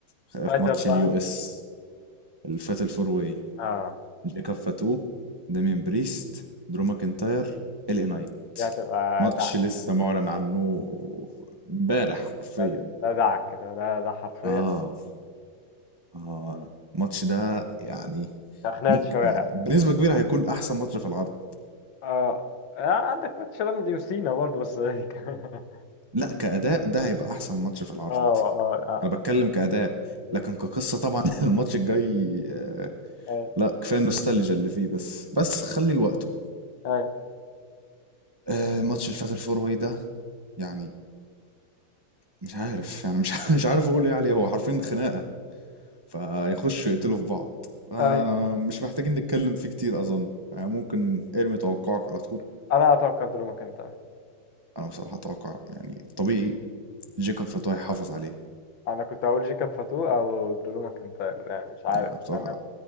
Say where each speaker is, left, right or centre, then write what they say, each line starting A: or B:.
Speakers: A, on the right; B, on the left.
A: في
B: <laughs>
A: ماتش
B: بقى
A: اليو اس اللي فات الفور واي
B: اه
A: جاكوب فاتو دامين بريست درو ماكنتاير ال اي نايت
B: دي هتبقى
A: ماتش لسه معلن عنه امبارح حرفيا
B: ده ده دعك ده ده ده حرفيا
A: اه اه الماتش ده يعني
B: ده خناقة
A: ممكن
B: شوارع
A: يعني بنسبة كبيرة هيكون احسن ماتش في العرض
B: اه آه، عندك ماتش رمزي وسينا برضه بس <laughs> اه
A: لا كأداء ده هيبقى احسن ماتش في العرض
B: اه
A: انا بتكلم
B: اه
A: كأداء
B: مم.
A: لكن كقصة طبعا <laughs> الماتش الجاي آه،
B: اي
A: لا كفايه النوستالجيا اللي فيه بس بس خلي لوقته
B: اي
A: آه ماتش الفات الفور واي ده يعني مش عارف يعني مش <laughs> مش عارف اقول ايه عليه هو حرفيا خناقه فيخشوا يقتلوا في بعض انا
B: اي
A: مش محتاجين نتكلم فيه كتير اظن يعني ممكن ارمي توقعك على طول
B: انا اتوقع درو ماكنتاير
A: انا بصراحه اتوقع يعني طبيعي جيكوب فتوى يحافظ عليه
B: انا كنت هقول جيكاب فاتو او درو ماكنتاير يعني مش عارف
A: لا بصراحه
B: انا